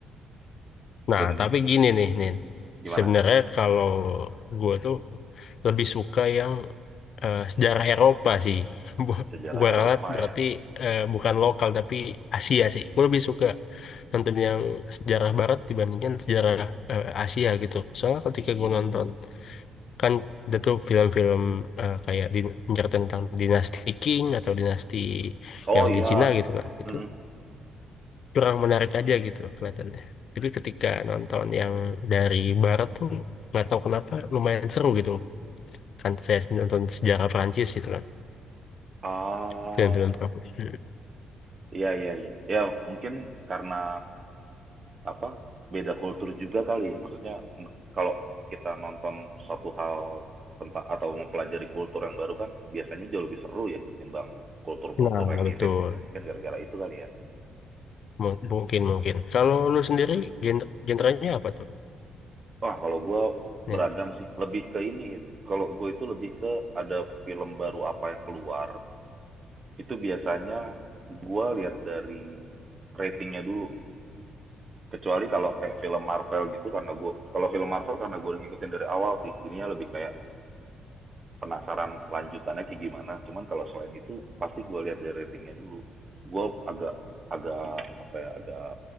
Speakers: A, on the left; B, on the right.
A: Nah,
B: dan
A: tapi gini nih, Nin.
B: gimana
A: Sebenarnya kalau gue tuh lebih suka yang eh, sejarah Eropa sih. <laughs>
B: sejarah
A: Gue
B: Eropa
A: ralat berarti
B: ya
A: eh, bukan lokal tapi Asia sih. Gue lebih suka nonton yang sejarah Barat dibandingkan sejarah eh, Asia gitu. Soalnya ketika
B: hmm.
A: gue nonton kan ada tuh film-film eh, kayak di, menceritakan tentang dinasti Qing atau dinasti
B: oh
A: yang
B: ya
A: di Cina gitu kan. Itu
B: Mm-mm.
A: kurang menarik aja gitu kelihatannya. Jadi ketika nonton yang dari barat tuh nggak tahu kenapa lumayan seru gitu kan saya nonton sejarah Prancis gitu kan
B: ah
A: film-film Prancis. Hmm.
B: iya iya iya ya mungkin karena apa beda kultur juga kali ya maksudnya n- kalau kita nonton suatu hal tentang atau mempelajari kultur yang baru kan biasanya jauh lebih seru ya ketimbang kultur-kultur
A: Nah
B: yang mirip
A: betul
B: gitu ya mungkin gara-gara itu kali ya
A: Mu- mungkin mungkin. Kalau lu sendiri genre genrenya apa tuh?
B: wah kalau gue
A: Nen?
B: beragam sih lebih ke ini kalau gue itu lebih ke ada film baru apa yang keluar itu biasanya gue lihat dari ratingnya dulu kecuali kalau kayak film Marvel gitu karena gue kalau film Marvel karena gue ngikutin dari awal sih jadinya lebih kayak penasaran lanjutannya kayak gimana cuman kalau selain itu pasti gue lihat dari ratingnya dulu gue agak agak apa ya agak